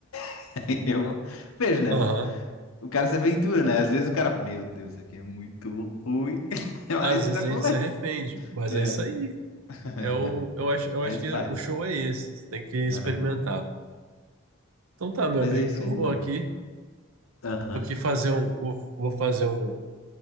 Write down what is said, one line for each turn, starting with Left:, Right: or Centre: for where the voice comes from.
Left: <laughs> Aí Eu vejo, né?
Right: Aham.
Left: O cara se aventura, né? Às vezes o cara, meu Deus, isso aqui é muito ruim, <laughs> mas
Right: Às vezes
Left: acontece.
Right: a gente se arrepende, mas
Left: É,
Right: é isso aí.
Left: <laughs>
Right: Eu, eu acho, eu
Left: faz
Right: acho que
Left: parte.
Right: o show é esse. Você tem que experimentar.
Left: Aham.
Right: Então tá, meu
Left: Mas
Right: amigo.
Left: é isso
Right: Eu
Left: aí,
Right: vou
Left: mano.
Right: aqui,
Left: Aham.
Right: vou aqui fazer um, vou, vou fazer um,